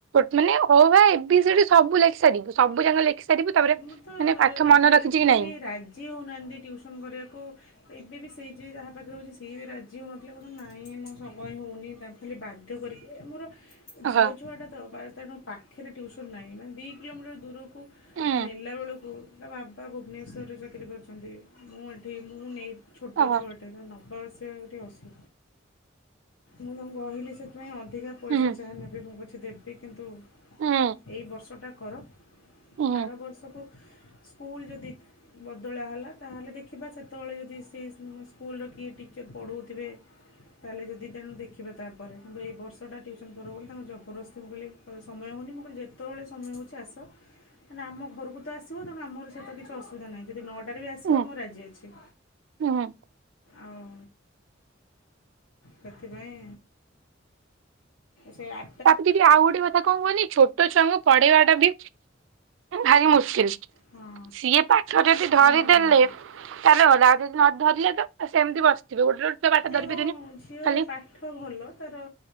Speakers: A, on the right; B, on the left.
A: ମାନେ ଅ ଆ ଏ ବି ସି ଡି ସବୁ ଲେଖି ସାରିବୁ ସବୁ ସାରିବୁ ସବୁଯାକ ଲେଖିସାରିବୁ ତାପରେ
B: ମୁଁ ତ
A: ମାନେ ମନେ
B: ଏବେ
A: ରଖିଛି
B: ଆଜିକାଲି
A: କି ନାଇଁ
B: ରାଜି ହେଉନାହାନ୍ତି ଟିଉସନ୍ କରିବାକୁ। ଏବେ ବି ସେଇ ଯିଏ ଯାହା ପାଖରେ ହଉଛି ସିଏ ବି ରାଜି ହେଉନଥିଲେ କହୁଛନ୍ତି ନାଇଁ ମୋ ସମୟ ହେଉନି ତା ଖାଲି ବାଧ୍ୟ କରିକି ଏ ମୋର
A: ଅହ
B: ଝିଅ ଛୁଆଟା ତ ପା ତେଣୁ ପା ପାଖରେ ଟ୍ୟୁସନ୍ ନାହିଁ ମାନେ ଦି କିଲୋମିଟର ଦୂରକୁ
A: ଉଁ
B: ନେଲା ବେଳକୁ ତା ବାବା ଭୁବନେଶ୍ୱରରେ ଚାକିରୀ କରିଛନ୍ତି ମୁଁ ଏଠି ମୁଁ ନେଇ ଛୋଟ
A: ଅହ
B: ଛୁଆଟେ ନା ନବା ଆସିବା କରିବାକୁ ଟିକେ ଅସୁ ମୁଁ ତାଙ୍କୁ କହିଲି ସେଥିପାଇଁ ଅଧିକା ପଇସା
A: ଉଁ
B: ଯାହା ନେବେ ମୁଁ ପ ପଛେ ଦେବି କିନ୍ତୁ
A: ଉଁ
B: ଏଇ ବର୍ଷଟା କର
A: ଉଁ
B: ଆର ବର୍ଷକୁ ସ୍କୁଲ୍ ଯଦି ବଦଳା ହେଲା ତା ହେଲେ ଦେଖିବା ସେ ସେତେବେଳେ ଯଦି ସେ ସ୍କୁଲର କିଏ ଟିଚର୍ ପଢ଼ଉଥିବେ। ତାହେଲେ ଯଦି ତେଣୁ ଦେଖିବା ତାପରେ କିନ୍ତୁ ଏ ବର୍ଷଟା ଟିଉସନ୍ କର ବୋଲି ତାଙ୍କୁ ଜବରଦସ୍ତିଙ୍କୁ ମୁଁ କହିଲି କହିଲେ ସମୟ ହେଉନି ମୁଁ କହିଲି ଯେତେବେଳେ ସମୟ ହେଉଛି ଆସ।
A: ହ
B: ତାନେ ଆମ ଘରକୁ ତ ଆସିବ ତେଣୁ ଆମର ସହିତ କିଛି ଅସୁବିଧା ନାହିଁ ଯଦି ନ ଟାରେ ବି ଆସିବ
A: ଉଁ
B: ମୁଁ ରାଜି ଅଛି।
A: ଉଁ
B: ଆଉ ସେଥିପାଇଁ। ସେୟା ଆ
A: ତାପରେ ଦିଦି ଆଉ ଗୋଟେ କଥା କଣ କୁହନି ଛୋଟ ଛୁଆଙ୍କୁ ପଢେଇବାଟା ବି ଭାରି ମୁସ୍କିଲ।
B: ହଁ
A: ସିଏ ପାଠରେ ବି ଯଦି
B: ହଁ
A: ଧରିଦେଲେ
B: ହଁ ନାଇଁ
A: <unintelligible> ଯଦି ନ ଧରିଲେ ତ ସେମିତି ବସିଥିବେ ଗୋଟେ ଛୁଆ ପାଠ ଧରି
B: ଏ ମୋ
A: ପାରିବେନି
B: ଝିଅର
A: ଖାଲି
B: ପାଠ ଭଲ ତାର